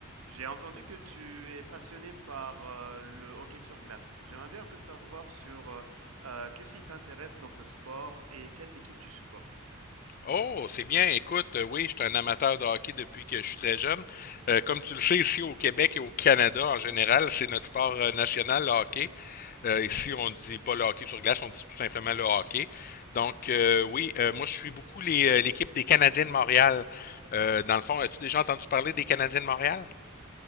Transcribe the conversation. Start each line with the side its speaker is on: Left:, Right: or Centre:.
Right: J'ai entendu que tu es passionné par, heu, le hockey sur glace. J'aimerais bien un peu savoir sur, heu heu, qu'est-ce qui t'intéresse dans ce sport et quelle équipe tu supportes?
Left: Oh, c'est bien. Écoute, euh, oui, je suis un amateur de hockey depuis que je suis très jeune. Euh, comme tu le sais, ici au Québec et au Canada en général, c'est notre sport euh, national, le hockey. Euh, ici, on ne dit pas le hockey sur glace, on dit tout simplement le hockey. Donc, euh, oui, euh, moi, je suis beaucoup les, euh, l'équipe des Canadiens de Montréal. Euh, dans le fond, as-tu déjà entendu parler des Canadiens de Montréal?